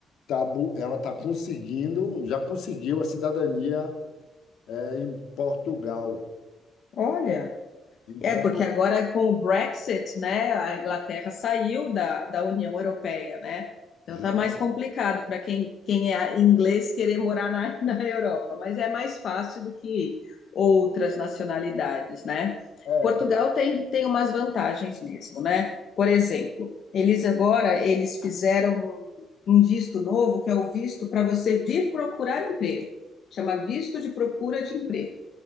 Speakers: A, on the left; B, on the left.
A: tá, bu- ela está conseguindo, já conseguiu a cidadania é, em Portugal.
B: olha.
A: Então,
B: É, porque agora com o Brexit, né, a Inglaterra saiu da, da União Europeia, né? Então
A: justamente,
B: tá mais complicado para quem, quem é inglês querer morar na, <laughs> na Europa, mas é mais fácil do que outras nacionalidades, né?
A: é,
B: Portugal tem, tem umas vantagens mesmo, né? Por exemplo, eles agora eles fizeram um um visto novo, que é o visto para você vir procurar emprego. Chama visto de procura de emprego.